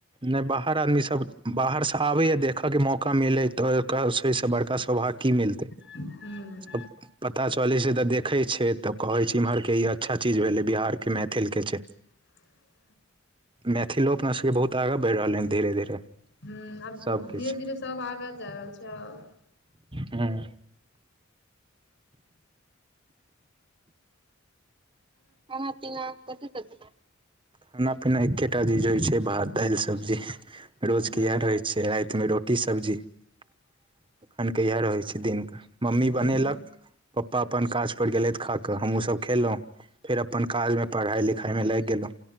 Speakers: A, on the right; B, on the left.
A: नहि बाहर आदमी सभ बाहर सँ आबैए देखयके मौका मिलै तऽ ओहि सँ बड़का सौभाग्य की मिलतै।
B: हु
A: <inaudible> पता चलै छै तऽ देखैत छै तऽ कहैत छै एम्हर के ई अच्छा चीज भेलै बिहार के मैथिल के छै।
B: <inaudible>
A: मैथिलो अपना सबके बहुत आगा बैढ़ रहलै हन धीरे धीरे
B: हूं आब
A: सब किछ
B: धीरे धीरे सब आगाँ जा रहल छै आब
A: हुं। खाना पीना कथी कथि हतै। खाना पीना एकेटा चीज होइ छैय भात दालि सब्जी। रोज
B: हूं
A: के इएह रहैत छैय राति मे रोटी सब्जी। एखन के इएह रहै छैय कदिनके मम्मी
B: हूं
A: बनेलक पप्पा अपन काज पर गेलथि खाकऽ हमहूँसभ खेलहुँ। फेर अपन काजमे पढ़ाई लिखाईमे लागि गेलहुँ।